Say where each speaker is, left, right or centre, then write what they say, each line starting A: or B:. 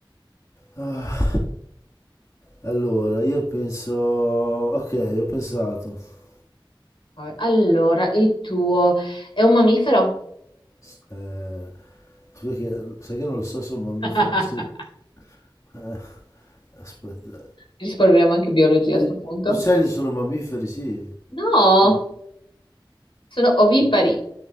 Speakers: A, on the left; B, on the left.
A: Ah, Allora, io penso... Ok, ho pensato.
B: Allora, il tuo è un mammifero?
A: S- eh, Scusa che... Sai che non lo so se è un mammifero...
B: <laughs>
A: Sì. Eh, Aspetta.
B: Risparmiamo anche biologia
A: Gli
B: a sto punto.
A: gli uccelli sono mammiferi, sì,
B: No,
A: sì.
B: sono ovipari.